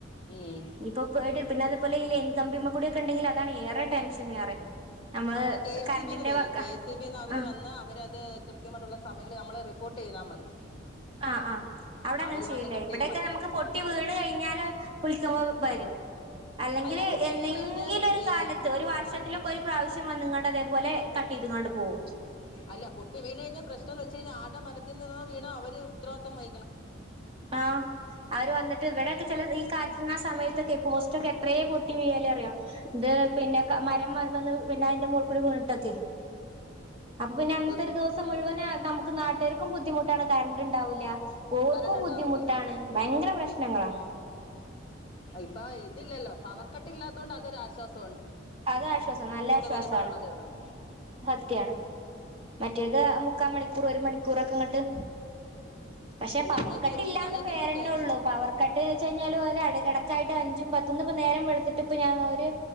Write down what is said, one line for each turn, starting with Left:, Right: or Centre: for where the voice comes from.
Left: ഉം
Right: ഇനീപ്പൊ പേടി പിന്നെ അതേപോലെ ഈ ലൈ കമ്പിമ്മ കൂടിയൊക്കെ ഉണ്ടെങ്കിൽ അതാണ് ഏറെ ടെൻഷൻ ഏറെ നമ്മള്
Left: അത് കെ
Right: കറണ്ടിന്റെ
Left: സി ബിന്ന് വരും
Right: വക്ക
Left: കെ സി ബിന്ന് അവര്
Right: ആഹ്
Left: വന്ന് അവരത് കൃത്യമായിട്ടുള്ള സമയങ്ങളിൽ നമ്മൾ റിപ്പോർട്ട് ചെയ്താ മതി
Right: ആഹ് ആഹ് അവിടെ അങ്ങനെ
Left: അവര്
Right: ചെയുലേ
Left: വന്ന് കട്ട്
Right: ഇവിടൊക്കെ
Left: ചെയ്ത് മാറ്റിക്കോളും
Right: നമുക്ക് പൊട്ടി വീണ് കഴിഞ്ഞാല് വിളിക്കുമ്പോ വരും അല്ലെങ്കില്
Left: അല്ല പൊട്ടി
Right: എന്നെങ്കിലും
Left: വീണ് കഴിഞ്ഞാൽ
Right: ഒരു
Left: ഈ
Right: കാലത്ത് ഒരു വർഷത്തിലൊക്കെ ഒരു പ്രാവശ്യം വന്ന്‌ ങ്ങണ്ട അതേപോലെ കട്ട് ചെയ്ത്ങ്ങാണ്ട് പോവും
Left: അല്ല പൊട്ടി വീണ് കഴിഞ്ഞാ പ്രശ്നംന്ന് വെ ച്ച്കയിഞ്ഞ ആര്ടെ മരത്തിന്നാണോ വീണത് അവര് ഉത്തവാദിത്വം വഹിക്കണം
Right: ആ അവര് വന്നിട്ട് ഇവിടൊക്കെ ചെല ഈ കാറ്റിന്റെ സമയത്തൊക്കെ പോസ്റ്റൊക്കെ എത്രയേ പൊട്ടി വിയ്യല് അറിയോ ഇത് പിന്നെ മരം വന്ന് പിന്നെ അതിന്റെ മോളികൂടെ വീണിട്ടൊക്കെ അപ്പൊ പിന്നെ അന്നത്തെ
Left: ഇത്
Right: ഒരു ദിവസം മുഴുവന് നമുക്ക് നാട്ടാര് ക്കും ബുദ്ധിമുട്ടാണ് കരണ്ട് ഇണ്ടാവുല്ല ഓ
Left: കറണ്ട്
Right: ക്കും
Left: ഉണ്ടാവത്തില്ല
Right: ബുദ്ധിമുട്ടാണ് ഭയങ്കര പ്രശ്നങ്ങളാ
Left: ഇപ്പൊ ഇതില്ലല്ലോ പവർ കട്ട്ല്ലാതോണ്ട് അതൊരാശ്വാസ
Right: അത് ആശ്വാസാ നല്ല ആശ്വാസാണ്
Left: വരുമ്പോഴുള്ളതേ ഉള്ളൂ
Right: സത്യാണ് മറ്റേത് മുക്കാ മണി ക്കൂർ ഒരു മണിക്കൂറൊക്കെ ഇങ്ങട്ട് പക്ഷെ പവർ
Left: ഞങ്ങൾക്ക്
Right: കട്ട് ഇല്ലാന്ന്
Left: ഞങ്ങൾക്ക്
Right: പേരന്നെ
Left: ഇവിടെ ഉണ്ട്
Right: ഉള്ളൂ പവർ കട്ട്ന്ന്ച്ച്ഴിഞ്ഞാല് ഒര <unintelligible> ക്കായിട്ട് അഞ്ചും പത്ത്ന്നും ഇപ്പ നേരം വെളുത്തിട്ട് ഇപ്പ ഞാൻ ഒരു